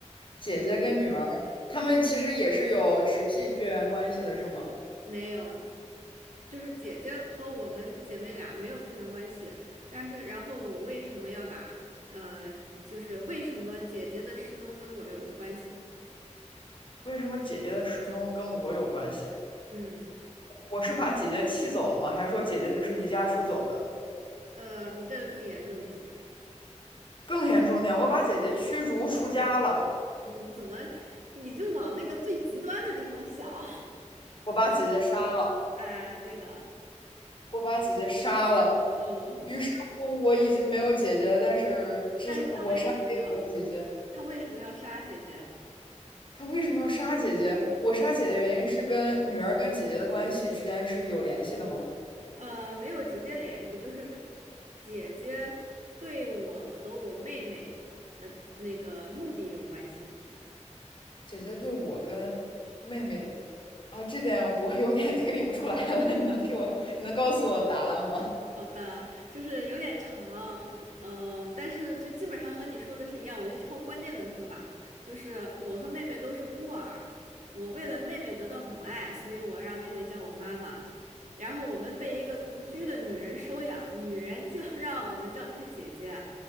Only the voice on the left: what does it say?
姐姐跟女儿，她们其实也是有直系血缘关系的，是吗？
为什么姐姐的失踪跟我有关系？
我是把姐姐气走了吗？还是说姐姐就是离家出走的？
更严重点，我把姐姐驱逐出家了，
我把姐姐杀了。
我把姐姐杀了。
于是乎，我已经没有姐姐，但是之所我杀了一个我的姐姐，
她为什么要杀姐姐？我杀姐姐的原因是跟女儿跟姐姐的关系之间是有联系的吗？
姐姐对我跟妹妹，啊，这点我有点推理不出来了。<laughs> 你能给我，你能告诉我答案吗？